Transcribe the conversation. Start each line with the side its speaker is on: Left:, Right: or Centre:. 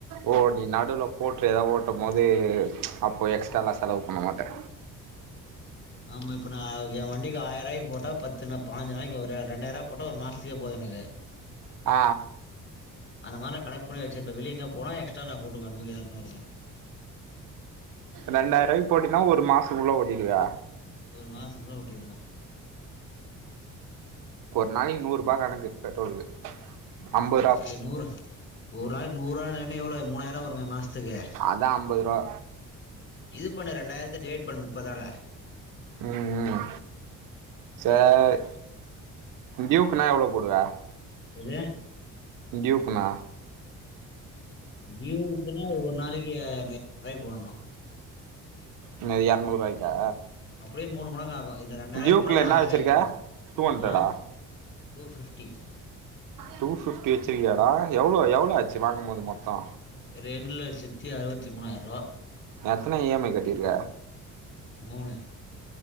Right: ஓ நீ நடுலப் ஓட்டுற எதாது ஓட்டும் போது அப்போ எக்ஸ்ட்ராலா செலவு பண்ண மாட்ட
Left: ஆமாம் இப்போ நா என் வண்டிக்கு ஆயிரரூபாய்க்கு போட்டா பத்து என்ன பதுனஞ்சி நாளைக்கி ஒரு ரெண்டாயிரரூபாய்கு போட்டா ஒரு மாஸ்த்துக்கே போது எனக்கு
Right: அ
Left: அந்த மாரி நா கணக்கு பண்ணி வச்சிருப்பே வெளிய எங்கயாது போனா எக்ஸ்ட்டா நா போட்டுப்ப நூறு எரநூறுனு
Right: ரெண்டாயிர ரூவாய்க்கு போட்டினா ஒரு மாசோ ஃபுல்லா ஓட்டிருவியா
Left: ஒரு மாச ஃபுல்லா ஓட்டிருவ
Right: ஒரு நாளைக்கு நூற் ரூபா கணக்கு பெட்ரோலுக்கு அம்ப
Left: ஏ நூறு ஒரு ஆள்க் நூற் ரூவானாலுமே எவ்ளோ மூணாயிரூவா வருமே மாசத்துக்கு
Right: அதா அம்பது ரூவா
Left: இது பண்ணு ரெண்டாயிரத்த டிவைட் பண்ணு முப்பதால
Right: ம் ம் சேரி டியூக்குனா எவ்ளோ போடுவ
Left: எது
Right: டியுக்குனா
Left: டியுவுக்குனா ஒரு நாளைக்கு அ <inaudible> ய்க்கு போடணு
Right: எனது எரநூறுவாய்க்கா
Left: அப்டியே மூணு மடங்கு ஆகு இது ரெண்டாயிரவாய்க்கு
Right: டியூக்ல
Left: போட்டா அது
Right: என்ன
Left: ஆறாயிரவாய்க்கு
Right: வச்சிருக்க
Left: போடணு
Right: டூ ஹண்ட்ரடா
Left: ஆ டூ ஃபிப்டி
Right: டூ பிப்டி வச்சிருக்கியாடா எவ்ளோ எவ்ளோ ஆச்சு வாங்கும் போது மொத்தோ
Left: ரெண்டு லட்சத்தி அறுவத்தி மூணாயிரூபா
Right: எத்தன இ எம் ஐ கட்டிருக்க
Left: மூணு